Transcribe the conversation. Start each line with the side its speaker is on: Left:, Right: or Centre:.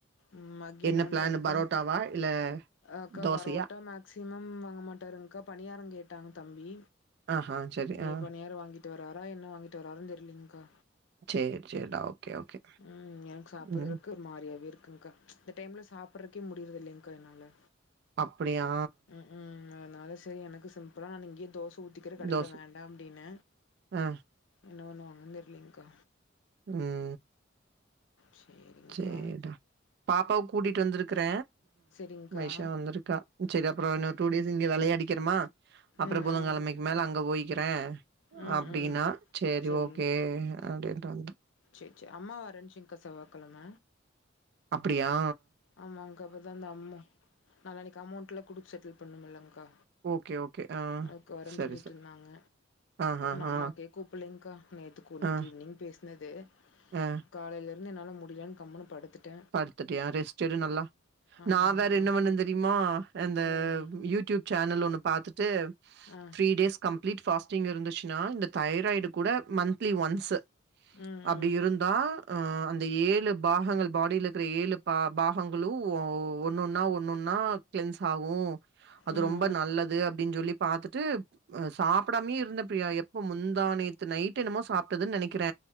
Left: ம் அகெய்ன்
Right: என்ன
Left: என்னவன்றாங்க்கா
Right: பிளானு பரோட்டாவா இல்ல
Left: அக்கா
Right: தோசையா
Left: பரோட்டா மேக்சிமம் வாங்க மாட்டாருங்க்கா பணியாரங் கேட்டாங்க தம்பி
Right: ஆஹா சரி
Left: இனி
Right: ஆ
Left: பனியாரோ வாங்கிட்டு வர்ராரா என்ன வாங்கிட்டு வராருன் தெரிலிங்க்கா
Right: சேரி சேரிடா ஓகே ஓகே
Left: ம் எனக் சாப்புர்றக்கு
Right: ம்
Left: மாரியாவே இருக்குங்க்கா இந்த டைம்ல சாப்றக்கே முடியிருதில்லீங்க்கா என்னால
Right: அப்படியா
Left: ம் அதனால சரி எனக்கு சிம்பிளா நா இங்கேயே தோச ஊத்திக்கிற கடையில
Right: தோச
Left: வேண்டா அப்டின்ன
Right: ஆ
Left: என்ன பண்ணுவாங்கன்னு தெரிலைங்க்கா
Right: ம்
Left: சேரிங்கக்கா
Right: சேரிடா பாப்பாவ கூட்டிட்டு வந்திருக்கற
Left: செரிங்க்கா
Right: வைஷா வந்திருக்கா சேரி அப்புறோ இன்னொரு டூ டேஸ் இங்க வெளயாடிக்கிறமா அப்புறோ
Left: ம்
Right: புதங்கிழமைக்கு
Left: ம்
Right: மேல அங்க போயிக்கிற
Left: ம்
Right: அப்டின்னா
Left: ம்
Right: சேரி
Left: செரிங்
Right: ஓகே அப்டின்டு வன்ட்ட
Left: சேர் சேர் அம்மா வரந்துச்சுங்க்கா செவ்வாகெழம
Right: அப்படியா
Left: ஆமாங்க்கா அப்பதா இந்த அமௌ நாளானைக் அமௌண்ட்ல்லா குடுக்க செட்டில் பண்ணமல்ங்க்கா
Right: ஓகே ஓகே ஆ
Left: அதுக்கு வரேன்னு
Right: சரி
Left: சொல்லிட்ருந்தாங்க
Right: சரி ஆ ஆ
Left: ந
Right: ஆ
Left: அம்மாக்கே கூப்பலேங்கக்கா நேத்து கூ நேத்து
Right: ஆ
Left: ஈவினங் பேசுனதே
Right: ஆ
Left: காலையில இருந்து என்னால முடியலன்னனு கம்முனுு படுத்துட்ட
Right: படுத்துட்டியா ரெஸ்ட்டு எடு நல்லா
Left: ஆ
Right: நான்
Left: ஆனாங்க்கா
Right: வேற என்ன பண்ணன் தெரியுமா அந்த
Left: என்ன பண்ணி
Right: யூடியூப் சேனல் ஒன்னு பாத்துட்டு
Left: ஆ
Right: த்ரீ டேஸ் கம்ப்லிட் ஃபாஸ்ட்டிங்க இருந்துச்சுன்னா இந்த தைராய்டு கூட மந்த்லி ஒன்ஸ்
Left: ம்
Right: அப்டி
Left: ம்
Right: இருந் தா அ அந்த ஏழு பாகங்கள் பாடியில் இருக்கிற ஏழு பா பாகங்களும் ஒன்னொன்னா ஒன்னொன்னா க்ளீன்ஸ் ஆகு அது
Left: ம்
Right: ரொம் நல்லது அப்படின்னு சொல்லி பாத்தட்டுஅ சாப்டாமே இருந்த பிரியா எப்ப முந்தாநேத்து நைட் டு என்னமோ சாப்ட்டதுன்னு நனைக்கிற